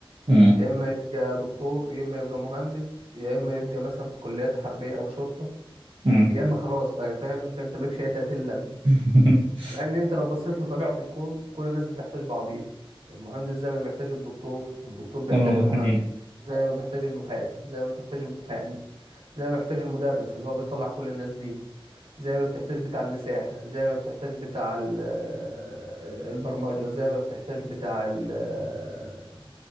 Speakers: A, on the right; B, on the right.
A: امم
B: يا إما يبقى دكتور يا إما يبقى مهندس يا إما يبقى مثلا في كليات حربية أو شرطة
A: امم
B: يا إما خلاص بقى فاهم فأنت مالكش أي تلاتين لازمة
A: <laughs>
B: مع ان انت لو بصيت لطبيعة الكون كل الناس بتحتاج بعضيها المهندس زي ما بيحتاج الدكتور الدكتور بيحتاج
A: ده موضوع
B: المهندس
A: حقيقي
B: زي ما بيحتاج المحاسب زي ما بيحتاج المحامي زي ما بيحتاج المدرس اللي هو بيطلع كل الناس دي زي ما بتحتاج بتاع المساحة زي ما بتحتاج بتاع ال- آه، البرمجة زي ما بتحتاج بتاع ال- آه،